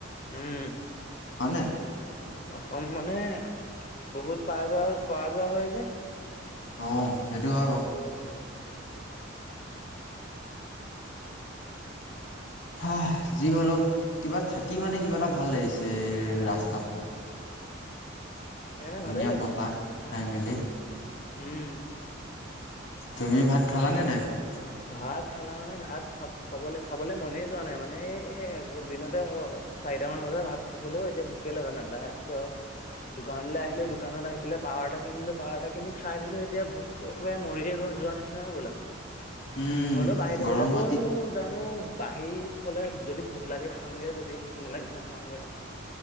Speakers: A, on the left (about 40°); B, on the left (about 70°).
A: উম'।
B: হয় নে?
A: অসম মানে, বহুত পাৰাজ, পৰাজয় হয় যে।
B: অ' সেইটো হয় বাৰু। হা, যি হলেওঁ কিবা থাকি মানে কিবা এটা ভাল লাগিছে ৰাস্তাত।
A: সেইকাৰণে
B: ধুনীয়া
A: ভালে লাগিছে
B: বতাহ খাই মেলি।
A: উম'।
B: তুমি ভাত খালানে, নাই খোৱা?
A: ভাত খালা মানে, ভাত খাব খাব খাবলে মনে যোৱা নাই, মানে এই দিনতে চাৰিটা মান বজাত ভাত খাইছিলো, এতিয়া ভোকে লগা নাই, তাৰপিছত দোকানলে আহিলো দোকানত আহি পাৱাৰ এটা কিনিলো, পাৱাৰ এটা কিনি খাই দিলোঁ এতিয়া ভোক তোৰ একেবাৰে মৰিয়ে যোৱা নিচিনা হৈ গ'ল আও।
B: উম
A: হলো বাঢ়ি থবলে
B: গৰমত
A: কৈছো জানো। বাঢ়ি থলে যদি ভোক লাগে খামগে, যদি ভোক নালাগে নাখাওগে আও।